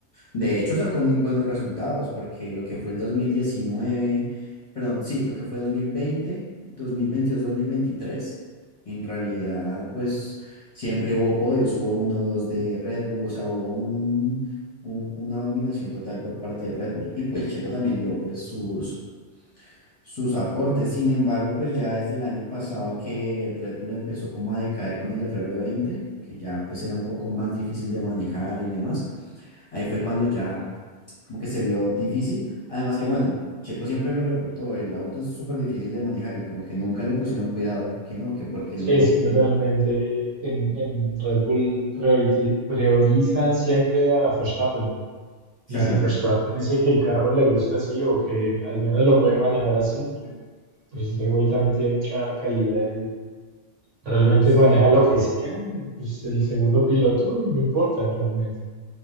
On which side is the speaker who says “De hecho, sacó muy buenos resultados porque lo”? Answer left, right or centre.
Left